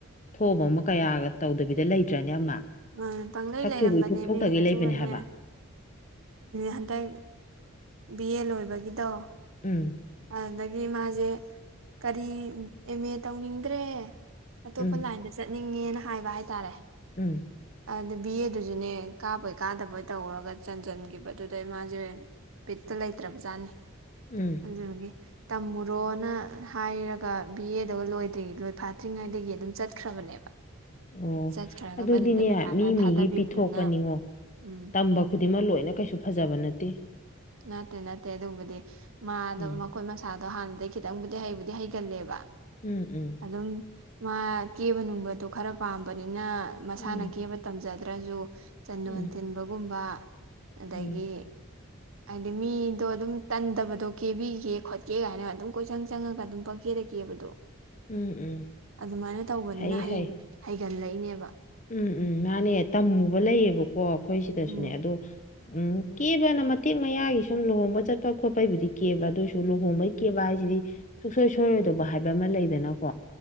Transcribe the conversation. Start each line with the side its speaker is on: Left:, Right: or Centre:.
Left: ꯊꯣꯕ ꯑꯃ ꯀꯌꯥꯒ ꯇꯧꯗꯕꯤꯗ ꯂꯩꯇ꯭ꯔꯅꯦ ꯑꯃ
Right: ꯎ ꯄꯥꯡꯒꯩ
Left: ꯁꯛ
Right: ꯂꯩꯔꯝꯕꯅꯦꯃꯤ
Left: ꯆꯨꯕ ꯏꯊꯣꯛ ꯊꯣꯛꯇꯒꯩ
Right: ꯑꯗꯨꯒꯅꯦ
Left: ꯂꯩꯕꯅꯦ ꯍꯥꯏꯕ
Right: ꯍꯟꯗꯛ ꯕꯤ ꯑꯦ ꯂꯣꯏꯕꯒꯤꯗꯣ
Left: ꯎꯝ
Right: ꯑꯗꯨꯗꯒꯤ ꯃꯥꯁꯦ ꯀꯔꯤ ꯑꯦꯝ ꯑꯦ ꯇꯧꯅꯤꯡꯗ꯭ꯔꯦ ꯑꯇꯣꯞꯄ
Left: ꯎꯝ
Right: ꯂꯥꯏꯟꯗ ꯆꯠꯅꯤꯡꯉꯦꯅ ꯍꯥꯏꯕ ꯍꯥꯏꯇꯥꯔꯦ
Left: ꯎꯝ
Right: ꯑꯗꯨꯗ ꯕꯤ ꯑꯦꯗꯨꯁꯨꯅꯦ ꯀꯥꯕꯣꯏ ꯀꯥꯗꯕꯣꯏ ꯇꯧꯔꯒ ꯆꯟꯁꯤꯟꯈꯤꯕꯗꯨꯗꯩ ꯃꯥꯟꯖꯔꯅꯦ ꯄꯤꯠꯇ ꯂꯩꯇ꯭ꯔꯕꯖꯥꯠꯅꯤ
Left: ꯎꯝ
Right: ꯑꯗꯨꯒꯤ ꯇꯝꯃꯨꯔꯣꯅ ꯍꯥꯏꯔꯒ ꯕꯤ ꯑꯦꯗ ꯂꯣꯏꯗ꯭ꯔꯤ ꯂꯣꯏꯐꯥꯠꯇ꯭ꯔꯤꯉꯩꯗꯒꯤ ꯑꯗꯨꯝ ꯆꯠꯈ꯭ꯔꯕꯅꯦꯕ
Left: ꯑꯣ
Right: ꯆꯠꯈ꯭ꯔꯒ
Left: ꯑꯗꯨꯗꯤꯅꯦ
Right: ꯑꯗꯨꯗ ꯄꯩꯁꯥ
Left: ꯃꯤ
Right: ꯈꯔ
Left: ꯃꯤꯒꯤ
Right: ꯊꯥꯗꯕꯤꯕꯗꯨꯅ
Left: ꯄꯤꯊꯣꯛꯄꯅꯤꯉꯣ
Right: ꯎꯝ
Left: ꯇꯝꯕ ꯈꯨꯗꯤꯡꯃꯛ ꯂꯣꯏꯅ ꯀꯩꯁꯨ ꯐꯖꯕ ꯅꯠꯇꯦ
Right: ꯅꯠꯇꯦ ꯅꯠꯇꯦ ꯑꯗꯨꯕꯨꯗꯤ ꯃꯥꯗ
Left: ꯎꯝ
Right: ꯃꯈꯣꯏ ꯃꯁꯥ ꯑꯗꯣ ꯍꯥꯟꯅꯗꯤꯗꯒꯤ ꯈꯤꯇꯪꯕꯨꯗꯤ ꯍꯩꯕꯨꯗꯤ ꯍꯩꯒꯜꯂꯦꯕ
Left: ꯎꯝ ꯎꯝ
Right: ꯑꯗꯨꯝ ꯃꯥ ꯀꯦꯕ ꯅꯨꯡꯕꯗꯣ ꯈꯔ ꯄꯥꯝꯕꯅꯤꯅ ꯃꯁꯥꯅ
Left: ꯎꯝ
Right: ꯀꯦꯕ ꯇꯝꯖꯗ꯭ꯔꯁꯨ ꯆꯟꯗꯣꯟ
Left: ꯎꯝ
Right: ꯊꯤꯟꯕꯒꯨꯝꯕ ꯑꯗꯒꯤ
Left: ꯎꯝ
Right: ꯍꯥꯏꯗꯤ ꯃꯤꯗꯣ ꯑꯗꯨꯝ ꯇꯟꯗꯕꯗꯣ ꯀꯦꯕꯤꯒꯦ ꯈꯣꯠꯀꯦ ꯀꯥꯏꯅ ꯑꯗꯨꯝ ꯀꯣꯏꯁꯪ ꯆꯪꯉꯒ ꯑꯗꯨꯝ ꯄꯛꯀꯦꯗꯒꯦꯕꯗꯣ
Left: ꯎꯝ ꯎꯝ
Right: ꯑꯗꯨꯃꯥꯏꯅ ꯇꯧꯕꯅꯤꯅ
Left: ꯍꯩ ꯍꯩ
Right: ꯍꯩꯒꯠꯂꯛꯏꯅꯦꯕ
Left: ꯎꯝ ꯎꯝ ꯃꯥꯅꯦ ꯇꯝꯃꯨꯕ ꯂꯩꯌꯦꯕꯀꯣ ꯑꯩꯈꯣꯏ ꯁꯤꯗꯁꯨꯅꯦ
Right: ꯎꯝ
Left: ꯑꯗꯣ ꯎꯝ ꯀꯦꯕꯅ ꯃꯇꯦꯛ ꯃꯌꯥꯒꯤ ꯁꯨꯝ ꯂꯨꯍꯣꯡꯕ ꯆꯠꯄ ꯈꯣꯠꯄꯒꯤꯕꯨꯗꯤ ꯀꯦꯕ ꯑꯗꯨꯏꯁꯨ ꯂꯨꯍꯣꯡꯕꯒꯤ ꯀꯦꯕ ꯍꯥꯏꯁꯦ ꯁꯤꯗꯤ ꯁꯨꯡꯁꯣꯏ ꯁꯣꯏꯔꯣꯏꯗꯧꯕ ꯍꯥꯏꯕ ꯑꯃ ꯂꯩꯗꯅꯀꯣ